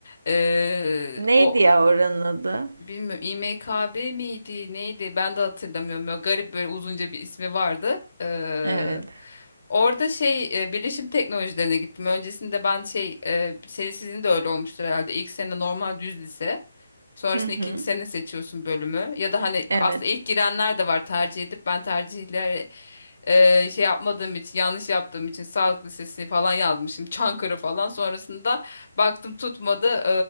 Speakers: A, on the left; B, on the right.
A: Eee,
B: Neydi
A: o
B: ya oranın adı?
A: Bilmiyorum İMKB miydi neydi ben de hatırlamıyorum. Böyle garip böyle uzunca bir ismi vardı. Ee,
B: Evet.
A: orada şey e, bilişim teknolojilerine gittim. Öncesinde ben şey e, senin sizin de öyle olmuştur herhalde. İlk sene normal düz lise. Sonrasında
B: Hı hı.
A: ikinci sene seçiyorsun bölümü. Ya da hani
B: Evet.
A: aslında ilk girenler de var tercih edip ben tercihleri e, şey yapmadığım için yanlış yaptığım için sağlık lisesi falan yazmışım. Çankırı falan. Sonrasında baktım tutmadı.